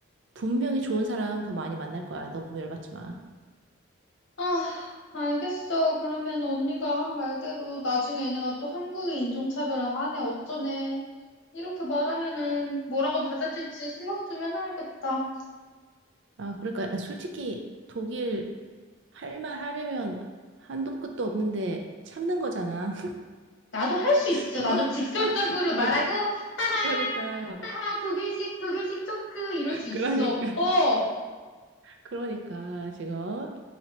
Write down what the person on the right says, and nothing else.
분명히 좋은 사람 더 많이 만날 거야. 너무 열받지 마.
아, 그러니까 솔직히 독일 할 말 하려면 한도 끝도 없는데 참는 거잖아.
<laughs>
어?
어?
그러,
그러니까,
그러니까,
그러니까 지금